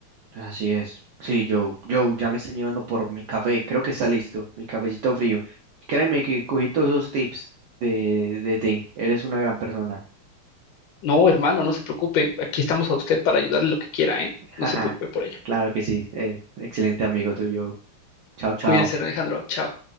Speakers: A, on the right; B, on the left.
A: Así es. Sí, Joe. Joe, ya me están llevando por mi café. Creo que está listo. Mi cafecito frío. Créeme que cogí todos esos tips de, de ti. Eres una gran persona.
B: No, hermano, no se preocupe. Aquí estamos a usted para ayudarle lo que quiera, ¿eh?
A: <laughs>
B: No
A: Jaja.
B: se preocupe por ello.
A: Claro que sí. Eh, excelente amigo tuyo. Chao, chao.
B: Cuídese, Alejandro. Chao.